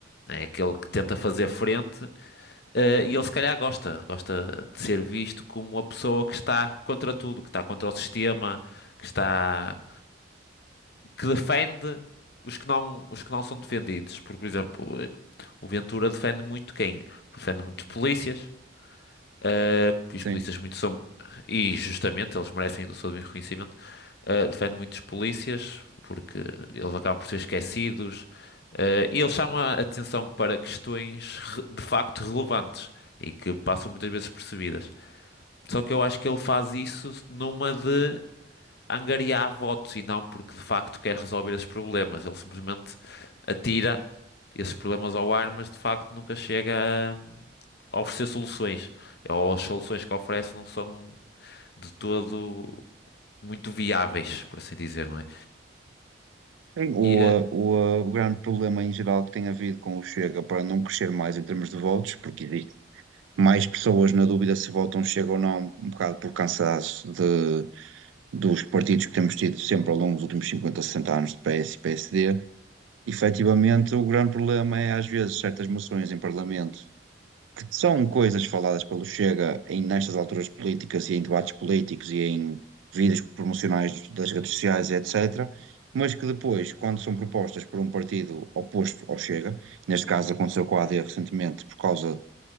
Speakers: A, on the left (about 55°); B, on the right (about 90°).
A: É aquele que tenta fazer frente eh, e ele se calhar gosta, gosta de ser visto como uma pessoa que está contra tudo, que está contra o sistema, que está, que defende os que não, os que não são defendidos. Porque, por exemplo, eh, o Ventura defende muito quem? Defende muito polícias, Uh, porque os
B: Sim.
A: polícias muito são. E justamente eles merecem o seu reconhecimento. Uh, defende muitos polícias porque eles acabam por ser esquecidos. Uh, e eles chamam a atenção para questões re- de facto relevantes e que passam muitas vezes percebidas. Só que eu acho que ele faz isso numa de angariar votos e não porque de facto quer resolver esses problemas. Ele simplesmente atira esses problemas ao ar, mas de facto nunca chega a, a oferecer soluções. Ou as soluções que oferece não são de todo muito viáveis, por assim dizer, não é?
B: Sim, O,
A: E, eh,
B: uh, o, uh, o grande problema em geral que tem havido com o Chega para não crescer mais em termos de votos, porque existe mais pessoas na dúvida se votam Chega ou não, um bocado por cansaço de dos partidos que temos tido sempre ao longo dos últimos 50, 60 anos de PS e PSD, efetivamente o grande problema é às vezes certas moções em Parlamento que são coisas faladas pelo Chega em nestas alturas políticas e em debates políticos e em vídeos promocionais das redes sociais, etc., mas que depois, quando são propostas por um partido oposto ao Chega, neste caso aconteceu com a AD recentemente por causa,